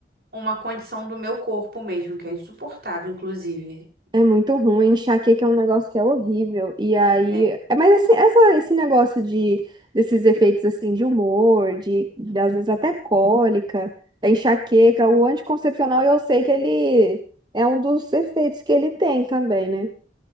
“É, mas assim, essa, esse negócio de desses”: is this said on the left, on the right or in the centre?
Right